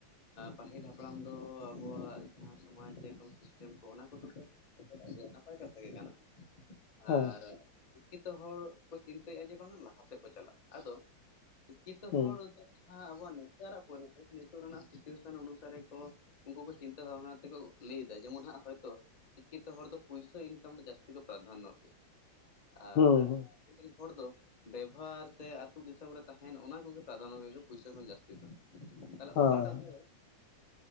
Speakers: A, on the left; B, on the left.
A: ᱯᱟᱹᱦᱤᱞ ᱦᱟᱯᱲᱟᱢ ᱫᱚ ᱟᱵᱚᱣᱟᱜ ᱡᱟᱦᱟᱸ ᱥᱚᱢᱟᱡᱽ ᱡᱚᱠᱚᱢ ᱥᱤᱥᱴᱮᱢ ᱠᱚ ᱚᱱᱟ ᱠᱚᱫᱚ <unintelligible> ᱱᱟᱯᱟᱭ ᱠᱟᱛᱷᱟ ᱜᱮ ᱠᱟᱱᱟ
B: ᱦᱮᱸ
A: ᱟᱨ ᱥᱤᱠᱠᱷᱤᱛᱚ ᱦᱚᱲ ᱠᱚ ᱪᱤᱱᱛᱟᱹᱭᱮᱫᱼᱟ ᱡᱮ ᱵᱟᱝ ᱞᱟᱦᱟ ᱥᱮᱫ ᱵᱚᱱ ᱪᱟᱞᱟᱜᱼᱟ ᱟᱫᱚ ᱥᱤᱠᱷᱤᱛᱚ
B: ᱦᱩᱸ
A: ᱦᱚᱲ ᱫᱚ ᱡᱟᱦᱟᱸ ᱟᱵᱚᱣᱟᱜ ᱱᱮᱛᱟᱨᱟᱜ ᱯᱚᱨᱤᱵᱮᱥ ᱱᱤᱛᱚᱜ ᱨᱮᱱᱟᱜ ᱥᱮ ᱥᱤᱪᱩᱭᱮᱥᱚᱱ ᱩᱱᱩᱥᱟᱨᱮ ᱠᱚ ᱩᱱᱠᱩ ᱠᱚ ᱪᱤᱱᱛᱟᱹ ᱵᱷᱟᱵᱱᱟ ᱛᱮᱠᱚ ᱞᱟᱹᱭᱫᱟ ᱡᱮᱢᱚᱱ ᱦᱟᱸᱜ ᱦᱚᱭᱛᱚ ᱥᱤᱠᱠᱷᱤᱛ ᱦᱚᱲ ᱫᱚ ᱯᱚᱭᱥᱟ ᱤᱱᱠᱚᱢ ᱨᱮ ᱡᱟᱹᱥᱛᱤ ᱯᱚᱨᱫᱷᱟᱱᱚᱜ
B: <inaudible>
A: ᱟᱨ
B: ᱦᱩᱸ
A: ᱯᱟᱹᱦᱤᱞ ᱨᱮᱱ ᱦᱚᱲ ᱫᱚ ᱵᱮᱵᱚᱦᱟᱨ ᱥᱮ ᱟᱹᱛᱩ ᱫᱤᱥᱚᱢ ᱨᱮ ᱛᱟᱦᱮᱱ ᱚᱱᱟ ᱠᱚᱜᱮ ᱯᱨᱟᱫᱷᱟᱱᱱᱚ ᱯᱩᱭᱥᱟ ᱠᱷᱚᱱ ᱡᱟᱹᱥᱛᱤ ᱫᱚ ᱛᱟᱦᱚᱞᱮ
B: ᱦᱮᱸ
A: ᱚᱠᱟᱴᱟᱜ ᱫᱚ